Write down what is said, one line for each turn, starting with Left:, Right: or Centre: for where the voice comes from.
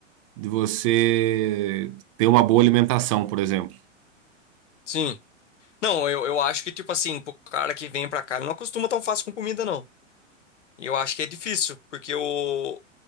Right: de você ter uma boa alimentação, por exemplo.
Left: sim. Não, eu, eu acho que, tipo assim, pro cara que vem pra cá, ele não acostuma tão fácil com comida, não. E eu acho que é difícil, porque o,